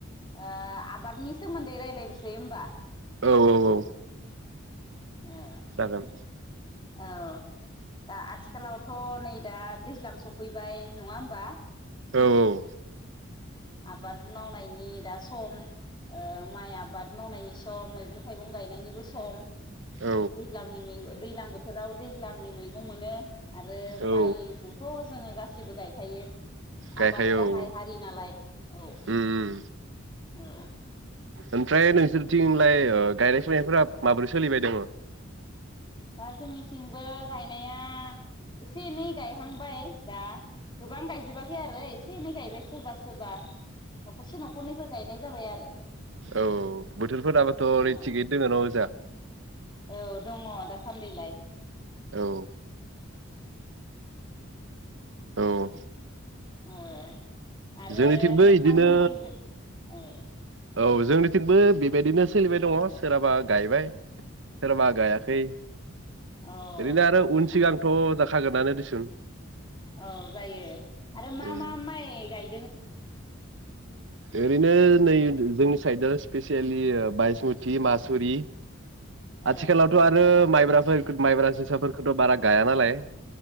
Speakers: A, on the left; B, on the right.
A: ओ आबादनि सोमोन्दै रायजलायनोसै होमबा
B: औ औ औ।
A: ओ
B: जागोन
A: औ दा आथिखालावथ' नै दा दैज्लां सफैबाय नङा होमबा?
B: औ औ।
A: आबाद मावनायनि दा सम ओ माइ आबाद मावनायनि सम मैगं थाइगं गायनायनिबो सम।
B: औ
A: दैज्लांनि मै दैलां बोथ थोराव दैज्लांनि मैगं मोनो। आरो
B: औ
A: माइखौथ' जोङो गासिबो गाय खायो
B: गायखायो
A: आबाद गाहाय
B: औ औ।
A: हारि नालाय। औ
B: उम उम
A: औ
B: ओमफ्राय नोंसोरथिंलाय ओ गायनाय फुनायफोरा माबोरै सोलिबाय दङो?
A: दा जोंनिथिंबो गायनाया एसे एनै गायहांबाय दा गोबां गायजोबाखै आरो एसे एनै गायबाय सोरबा सोरबा न'खरसे न'खरनैफोर गायनाय जाबाय आरो।
B: औ बोथोरफोराबोथ' ओरै
A: ओ
B: थिगैनो दोङो न ओजा
A: औ दङ दासान्दैलाय
B: औ औ
A: ओ आरो
B: जोंनिथिंबो
A: नोंथां
B: इदिनो
A: मोनिथिंबो औ
B: औ जोंनिथिंबो बेबायदिनो सोलिबाय दङ सोरहाबा गायबाय सोरबा गायाखै
A: अ
B: ओरैनो आरो
A: अ
B: उन
A: अ
B: सिगांथ' जाख खागोनानो देसुन
A: औ जायो आरो मा
B: उम
A: मा माइ गाय
B: ओरैनो नै जोंनि साइदआ स्पेसियलि बायसमुथि मासुरि
A: औ
B: आथिखालावथ' आरो माइब्रा माइब्रा जोसाफोरखौथ' बारा गाया नालाय